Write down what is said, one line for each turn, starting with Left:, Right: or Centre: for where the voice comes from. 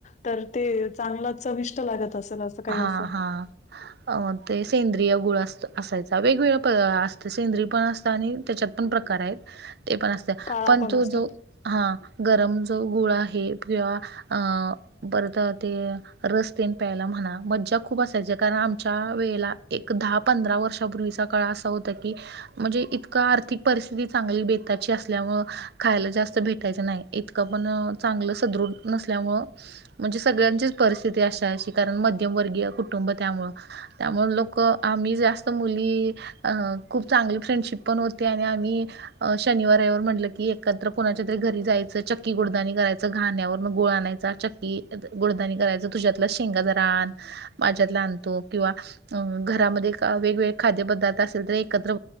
Left: तर ते चांगल चविष्ट लागत असेल असं. काही
Right: हा.
Left: असेल.
Right: हा. ते सेंद्रिय गुळ अस असायचा. वेगवेगळ प्र--असं. सेंद्रीस पण, असत आणि त्याच्यात पण प्रकार आहेत. ते पण, असत
Left: काळा
Right: पण, तो.
Left: असतो.
Right: जो. हां. गरम जो गुळ आहे, किंवा अ... परत ते रस तेन‌ प्यायला म्हणा. मज्जा खूप असायची. कारण, आमच्या वेळेला एक दहा, पंधरा वर्षापूर्वीचा काळा असा होता की. म्हणजे? इतकं आर्थिक परिस्थिती चांगली, बेताची असल्यामुळ खायला जास्त भेटायचं नाही. इतकं पण, चांगलं सदृढ नसल्यामुळं. म्हणजे सगळ्यांचीच परिस्थिती अशी, अशी कारण मध्यमवर्गीय कुटुंब त्यामुळं. त्यामुळे, लोक आम्ही जास्त मुली. अ. खूप चांगली फ्रेंडशिप पण, होती आणि आम्ही. शनिवार रविवार म्हंटलं कि, एकत्र कोणाच्या तरी घरी जायचं चक्की गुडदानी करायचं घाण्यावर गूळ आणायचा. चक्की, गुडदानी करायचं तुझ्यातला शेंगा जरा आण. माझ्यातला आणतो किंवा.. अं. घरामध्ये वेगवेगळे, खाद्यपदार्थ असेल तर एकत्र.